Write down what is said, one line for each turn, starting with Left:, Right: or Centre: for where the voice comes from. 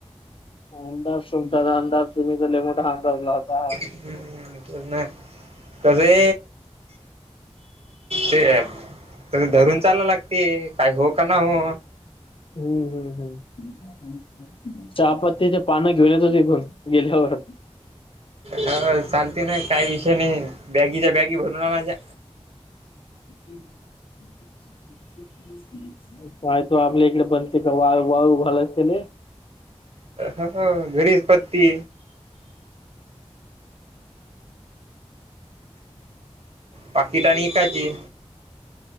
Left: अंदाज सुंगटला अंदाज तुम्ही कले मोठा अंदाजलाताा
Right: नाही कसे ते आहेतप तस धरून चाल लागते काय हो का ना हो
Left: हम्म हम् हम् चहापत्तीच्या पानं घेऊनचं तघून गेल्यावर
Right: ह चालते ना काही विषय नाही बॅगीच्या बॅगी भरून आणला
Left: ह काय तो आपल्या इकडे बनते का वाळू वाळू घालत केले
Right: ह ह गरीजपत्ती पाकिट आणि काजी